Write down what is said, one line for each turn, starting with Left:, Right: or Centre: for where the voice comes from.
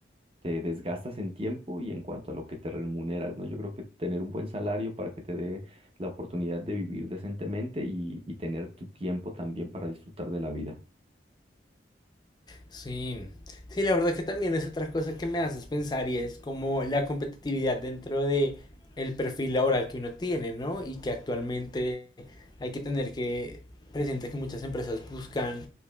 Right: te desgastas en tiempo y en cuanto a lo que te remuneras, ¿no? Yo creo que tener un buen salario para que te dé la oportunidad de vivir decentemente y, y tener tu tiempo también para disfrutar de la vida.
Left: Sí, sí, la verdad que también es otra cosa que me haces pensar y es como la competitividad dentro de el perfil laboral que uno tiene, ¿no? Y que actualmente hay que tener que presente que muchas empresas buscan